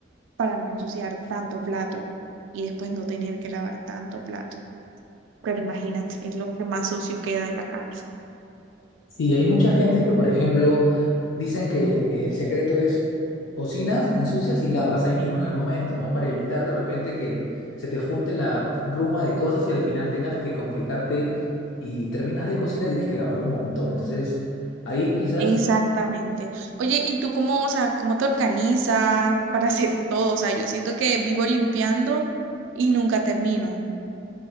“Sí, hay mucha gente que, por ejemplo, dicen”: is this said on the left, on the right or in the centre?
Left